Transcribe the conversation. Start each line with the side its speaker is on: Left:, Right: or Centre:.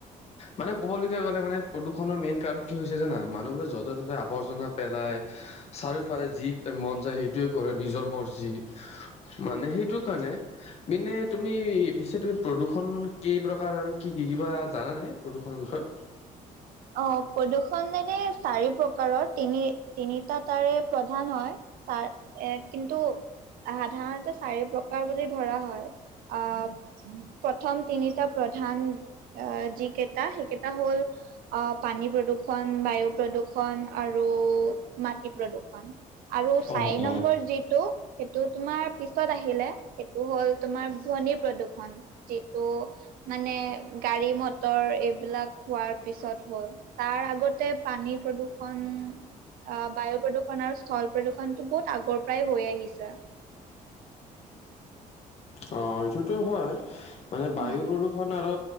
Left: মানে ক'বলগীয়া গ'লে মানে প্ৰদূষণৰ মেইন কাৰণ কি হৈছে জানা মানুহবোৰে যত ততে আৱৰ্জনা পেলাই, চাৰিওফালে যি মন যায় সেইটোৱে কৰে নিজৰ মৰ্জি। মানে সেইটো কাৰণে মিনে তুমি পিছে তুমি প্ৰদূষণ কেই প্ৰকাৰ আৰু কি কি? কিবা জানেনে প্ৰদূষণৰ বিষয়ে?
Right: অঁ প্ৰদূষণ এনে চাৰি প্ৰকাৰৰ। তিনি তিনিটা তাৰে প্ৰধান হয়। ছাৰ এ কিন্তু সাধাৰণতে চাৰি প্ৰকাৰ বুলি ধৰা হয় আহ প্ৰথম তিনিটা প্ৰধান আহ যিকেইটা সেই কেইটা হ'ল অঁ পানী প্ৰদূষণ, বায়ু প্ৰদূষণ আৰু মাটি প্ৰদূষণ। আৰু চাৰি
Left: অ',
Right: নম্বৰ
Left: অ',
Right: যিটো সেইটো তোমাৰ পিছত আহিলে সেইটো হ'ল তোমাৰ ধ্বনি প্ৰদূষণ। যিটো মানে গাড়ী - মটৰ এইবিলাক হোৱাৰ পিছত হয়। তাৰ আগতে পানী প্ৰদূষণ, অঁ বায়ু প্ৰদূষণ আৰু স্থল প্ৰদূষণটো বহুত আগৰ পৰাই হৈ আহিছে।
Left: অ, এইটোতো হয় মানে বায়ু
Right: উম
Left: প্ৰদু প্ৰদূষণ আৰু